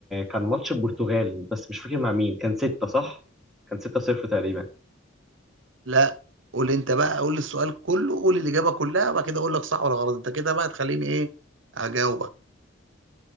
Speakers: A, in the centre; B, on the right (about 70°).
A: كان ماتش البرتغال بس مش فاكر مع مين كان 6 صح كان 6 0 تقريبا
B: لا قول أنت بقى قول السؤال كله قول الإجابة كلها بعد كده أقول لك صح ولا غلط أنت كده بقى تخليني إيه أجاوبك